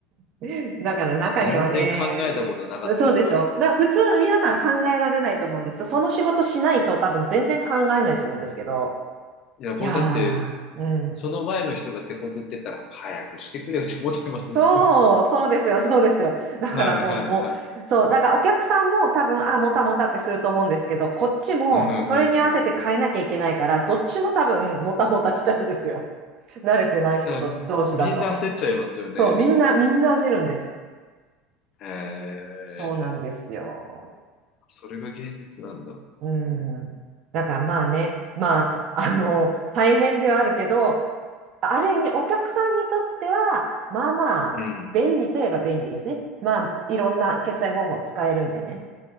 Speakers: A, on the right (about 45°); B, on the left (about 50°).
A: <laughs> だから中にはね、
B: 全然考えたことなかったっすね。
A: そうでしょ。だから普通の皆さん考えられないと思うんですよ。その仕事しないと多分全然考えないと思うんですけど。
B: いや、僕だって、
A: いやー、うん。
B: その前の人が手こずってたら、早くしてくれよって思ってますもん。
A: そう、そうですよ、そうですよ。<laughs>
B: <laughs>
A: だからもう、
B: はいはいはい。
A: もう、そう、だからお客さんも多分、あ、もたもたってすると思うんですけど、こっちもそれに合わせて変えなきゃいけないから、
B: うんうんうんうん。
A: どっちも多分、もたもたしちゃうんですよ。<laughs> 慣れてない人と同士だと。
B: だみんな焦っちゃいますよね。
A: <laughs> そう、みんな、みんな焦るんです。
B: へえ、
A: そうなんですよ。
B: それが現実なんだ。
A: うん。だからまあね、まあ、<laughs> あの、大変ではあるけど、ある意味お客さんにとっては、まあまあ、
B: うん。
A: 便利といえば便利ですね。まあ、いろんな決済方法使えるんでね。